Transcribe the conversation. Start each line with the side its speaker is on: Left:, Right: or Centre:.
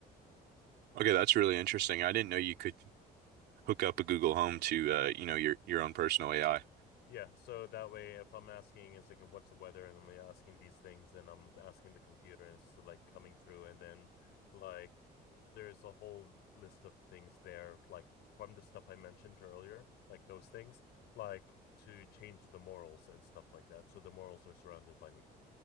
Right: Okay, that's really interesting. I didn't know you could hook up a Google Home to uh, you know, your your own personal AI.
Left: Yeah, so that way if I'm asking it's like what's the weather and I'm like, asking these things, then I'm asking the computer and it's like coming through and then like there's a whole list of things there, like from the stuff I mentioned earlier, like those things, like to change the morals and stuff like that. So the morals are surrounded by me.